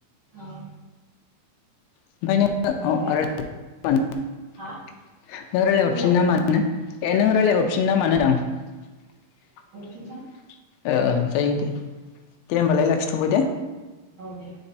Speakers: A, on the right; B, on the left.
A: औ
B: <unintelligible>
A: होनबालाय हा खोनाया नोंथां
B: ओ ओ जायो दे दे होमबालाय
A: औ
B: लाखिथ'बाय दे
A: औ दे